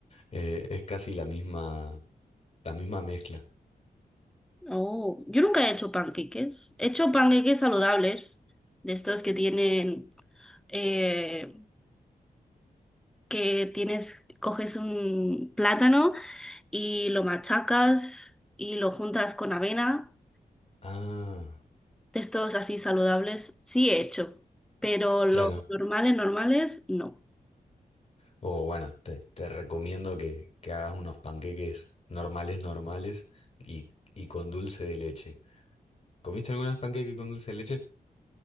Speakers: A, on the left; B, in the centre.
A: eh, es casi la misma, la misma mezcla.
B: Oh, yo nunca he hecho panqueques. He hecho panqueques saludables, de estos que tienen, eh, que tienes, coges un plátano y lo machacas y lo juntas con avena,
A: Ah,
B: de estos así saludables. Sí he hecho, pero los
A: claro.
B: normales, normales, no.
A: O bueno, te, te recomiendo que, que hagas unos panqueques normales, normales y, y con dulce de leche. ¿Comiste algunas panqueques con dulce de leche?